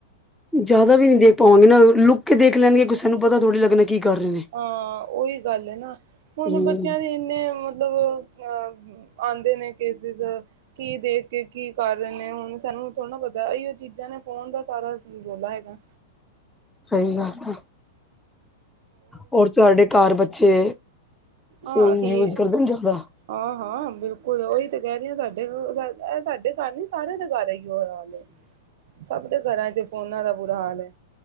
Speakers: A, in the centre; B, on the right.
A: ਜ਼ਿਆਦਾ ਵੀ ਨਹੀ ਦੇਖ ਪਾਵਾਂਗੇ ਨਾ, ਲੁੱਕ ਕੇ ਦੇਖ ਲੈਣਗੇ ਕਿਸੇ ਨੂੰ ਪਤਾ ਥੋੜ੍ਹੀ ਲੱਗਣਾ ਕੀ ਕਰ ਰਹੇ ਨੇ
B: ਹਾਂ ਉਹੀ ਗੱਲ ਹੈ ਨਾ, ਹੁਣ
A: ਹੂੰ
B: ਬੱਚਿਆਂ ਦੀ ਇੰਨੇ ਮਤਲਬ ਅਹ ਆਉਂਦੇ ਨੇ ਕੇਸਿਸਅ ਕੀ ਦੇਖ ਕੇ ਕੀ ਕਰ ਰਹੇ ਨੇ ਹੁਣ ਸਾਨੂੰ ਥੋੜਾ ਪਤਾ ਇਹੋ ਚੀਜ਼ਾਂ ਨੇ ਫੋਨ ਦਾ ਸਾਰਾ ਰੋਲਾ ਹੈਗਾ।
A: ਸਹੀ ਗੱਲ ਹੈ। ਹੋਰ ਤੁਹਾਡੇ ਘਰ ਬੱਚੇ
B: ਆ
A: ਫੋਨ
B: ਠੀਕ
A: ਯੂਜ ਕਰਦੇ ਨੇ ਜ਼ਿਆਦਾ।
B: ਅ ਹਾਂ ਬਿਲਕੁਲ ਉਹੀ ਤੇ ਕਹਿ ਰਹੀ ਹਾਂ ਸਾਡੇ ਇਹ ਸਾਡੇ ਘਰ ਨੀ ਸਾਰਿਆਂ ਦੇ ਘਰ ਇਹੀ ਓ ਹੈਗਾ। ਸਭ ਦੇ ਘਰਾਂ 'ਚ ਫੋਨਾਂ ਦਾ ਬੁਰਾ ਹਾਲ ਹੈ